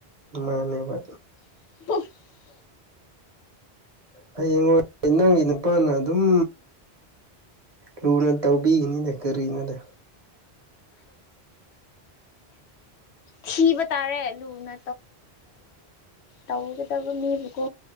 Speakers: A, on the right; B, on the left.
A: ꯃꯥꯅꯦꯕ
B: <unintelligible>
A: ꯍꯌꯦꯡꯋꯥꯏ ꯅꯪꯒꯤ ꯅꯨꯄꯥꯅ ꯑꯗꯨꯝ ꯂꯨꯅ ꯇꯧꯕꯤꯒꯅꯤꯗ ꯀꯔꯤꯅꯣꯗ
B: ꯊꯤꯕ ꯇꯥꯔꯦ ꯂꯨꯅ ꯇꯧꯒꯗꯕ ꯃꯤꯕꯨꯀꯣ